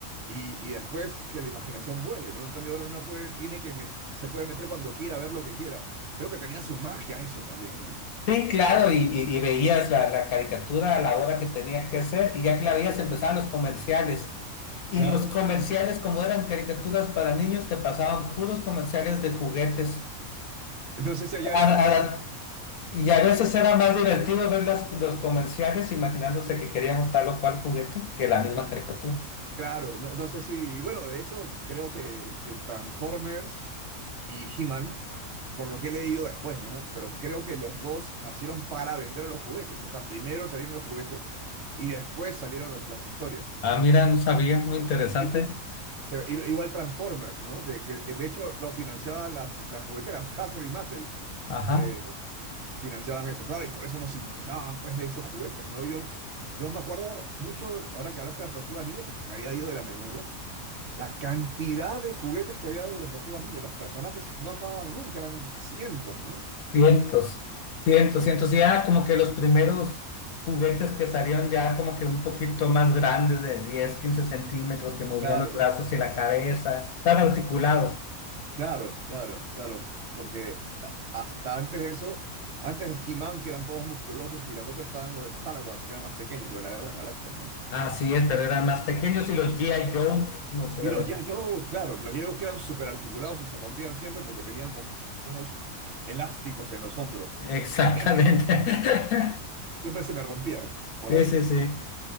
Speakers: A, on the right (about 60°); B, on the left (about 80°).
A: y, y después que la imaginación vuele, ¿no? En cambio ahora uno puede, tiene que met- se puede meter cuando quiera, ver lo que quiera. Creo que tenía su magia eso también, ¿no?
B: Sí, claro, y, y- y veías la, la caricatura a la hora que tenía que ser, y ya que la veías empezaban los comerciales. Y
A: Claro.
B: los comerciales, como eran caricaturas para niños, te pasaban puros comerciales de juguetes.
A: No sé si allá,
B: A- a la- y a veces era más divertido ver las- los comerciales imaginándose que queríamos tal o cual juguete que la misma caricatura.
A: Claro, no, no sé si, bueno, de hecho creo que, que Transformers y He-Man, por lo que he leído después, ¿no? Pero creo que los dos nacieron para vender los juguetes, o sea, primero salieron los juguetes y después salieron los- las historias.
B: Ah, mira, no sabía, muy interesante.
A: Sí, sí. Se- i- igual Transformers, ¿no? Que, que, eh, de hecho lo financiaban las, ju- las jugueteras, Hasbro y Mattel
B: Ajá.
A: eh, financiaban eso, claro, y por eso nos inundaban pues de esos juguetes, ¿no? Yo, yo me acuerdo mucho, ahora que hablaste de las Tortugas Ninja, que se me había ido de la memoria. La cantidad de juguetes que había de las tortugas ninja, los personajes no acababan nunca, eran cientos, ¿no?
B: Cientos, cientos, cientos. Y ya como que los primeros juguetes que salieron ya como que un poquito más grandes de 10, 15 centímetros, que movían
A: Claro,
B: los brazos y la cabeza, estaban articulados.
A: claro, claro, claro, porque a- hasta antes de eso, antes de He-Man, que eran todos musculosos y grandotes, estaban los de Star Wars, que eran más pequeños, lo de la Guerra de las Galaxias, ¿no?
B: Así es, pero eran más pequeños y los G.I. Joes, no sé
A: Y
B: de
A: los
B: los...
A: Yayos, claro, que los Yayos que eran súper articulados y se rompían siempre porque tenían como unos elásticos en los hombros.
B: Exactamente.
A: <laughs> Y a mí, a mí
B: <laughs>
A: siempre se me rompían por
B: Sí,
A: ahí.
B: sí, sí.